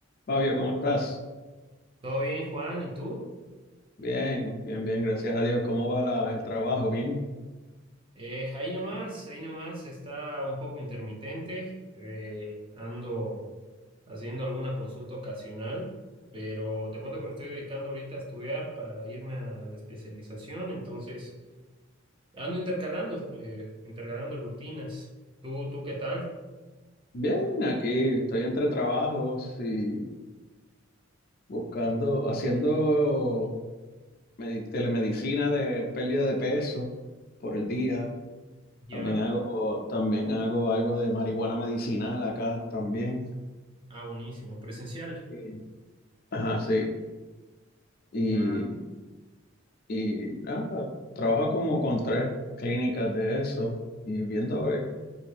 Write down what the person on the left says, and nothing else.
Fabio, ¿cómo estás?
Bien, bien, bien, gracias a Dios. ¿Cómo va la- el trabajo? Bien,
bien, aquí estoy entre trabajos y buscando, haciendo medi- telemedicina de pérdida de peso por el día.
También hago, también hago algo de marihuana medicinal acá también.
Y- Ajá, sí. Y,
y nada, trabajo como con tres clínicas de eso y viendo a ver